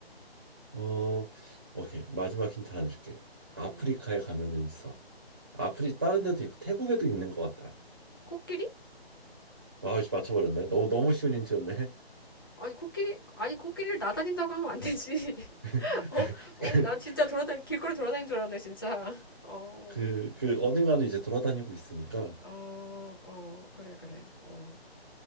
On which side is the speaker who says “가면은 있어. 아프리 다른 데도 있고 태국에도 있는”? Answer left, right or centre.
Right